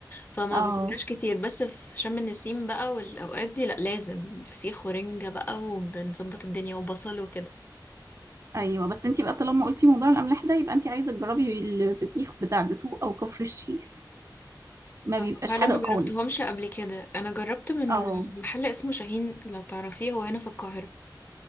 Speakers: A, on the left (about 25°); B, on the right (about 40°).
A: فما
B: اه
A: باكلهاش كتير بس في شم النسيم بقى والاوقات دي لا لازم فسيخ ورنجه بقى وبنظبط الدنيا وبصل وكده
B: ايوه بس انت بقى طالما قلتي موضوع الاملاح ده يبقى انت عايزه تجربي الفسيخ بتاع دسوق او كفر الشيخ ما
A: أه،
B: بيبقاش
A: فعلا
B: حادق
A: ما
B: خالص
A: جربتهمش قبل كده انا جربت من
B: اه
A: محل اسمه شاهين لو تعرفيه هو هنا في القاهره